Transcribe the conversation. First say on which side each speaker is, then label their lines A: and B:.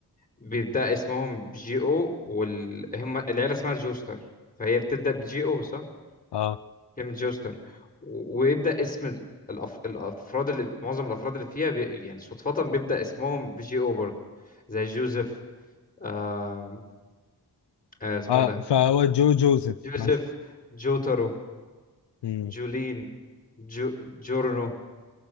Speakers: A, on the left; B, on the left.
A: بيبدأ اسمهم بجي أو وال... هم العيلة اسمها جوستر فهي بتبدأ بجي أو صح؟
B: اه
A: كلمة جوستر و... ويبدأ اسم ال- الأف... الأفراد اللي معظم الأفراد اللي فيها بي... يعني صدفة بيبدأ اسمهم بجي أو برضه زي جوزيف آه... آه اسمه
B: اه
A: ده
B: فهو جو جوزيف
A: جوزيف
B: مثلا
A: جوترو
B: امم
A: جولين جو جورنو